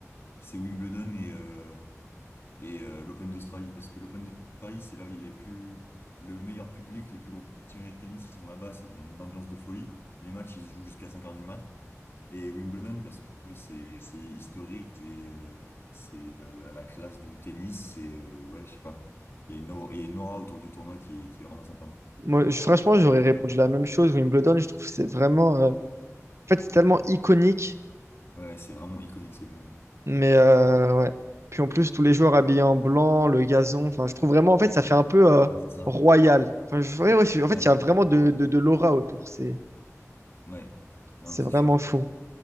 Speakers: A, on the left; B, on the right.
A: c'est Wimbledon et, euh, et euh, l'Open d'Australie, parce que l'Open d'Australie, c'est là où il est plus le meilleur public, les plus gros passionnés de tennis, ils sont là-bas, c'est qu'il y a une ambiance de folie. Les matchs, ils se jouent jusqu'à 5 heures du mat. Et Wimbledon, parce que c'est c'est historique, c'est euh, c'est la, la- la classe du tennis, c'est, euh, ouais, je sais pas, il y a une aura, il y a une aura autour du tournoi qui est, qui est vraiment sympa.
B: Moi, je- franchement, j'aurais répondu la même chose. Wimbledon, je trouve que c'est vraiment. euh, En fait, c'est tellement iconique.
A: Ouais, c'est vraiment iconique, c'est le mot.
B: Mais euh, ouais. Puis en plus, tous les joueurs habillés en blanc, le gazon. Enfin, je trouve vraiment, en fait, ça fait un peu euh,
A: Ouais, c'est ça.
B: royal. Enfin, je- ouais, ouais, je- en fait,
A: Ouais,
B: il y a vraiment
A: c'est-
B: de, de, de l'aura autour. C'est,
A: ouais. Non,
B: c'est
A: mais c'est
B: vraiment
A: sûr.
B: fou.